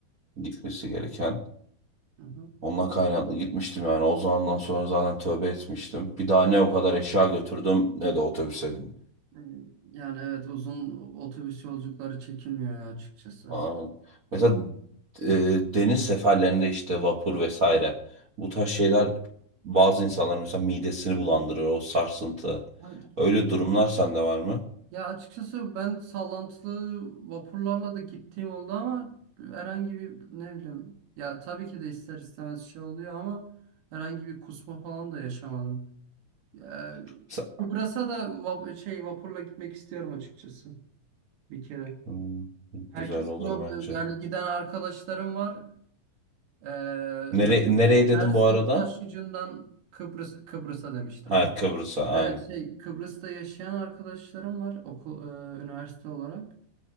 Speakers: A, on the right; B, on the right.
A: gitmesi gereken.
B: Hı hı.
A: Ondan kaynaklı gitmiştim yani o zamandan sonra zaten tövbe etmiştim. Bir daha ne o kadar eşya götürdüm ne de otobüse bindim.
B: Ee, Yani evet uzun otobüs yolculukları çekilmiyor ya açıkçası.
A: Aa, mesela e, deniz seferlerinde işte vapur vesaire bu tarz şeyler bazı insanların mesela midesini bulandırır o sarsıntı.
B: Ay,
A: Öyle durumlar sende var mı?
B: Ya açıkçası ben sallantılı vapurlarla da gittiğim oldu ama herhangi bir ne bileyim ya tabii ki de ister istemez şey oluyor ama herhangi bir kusma falan da yaşamadım. Ya,
A: Sen-
B: Kıbrıs'a da va- şey vapurla gitmek istiyorum açıkçası bir kere.
A: Hmm,
B: Herkes
A: güzel olur
B: pro
A: bence
B: yani
A: de.
B: giden arkadaşlarım var. Ee,
A: Nere
B: Mersin,
A: nereye dedim
B: Mersin
A: bu arada?
B: Taşyucu'ndan Kıbrıs Kıbrıs'a demiştim.
A: Ha Kıbrıs'a aynen.
B: Evet şey Kıbrıs'ta yaşayan arkadaşlarım var okul e, üniversite olarak.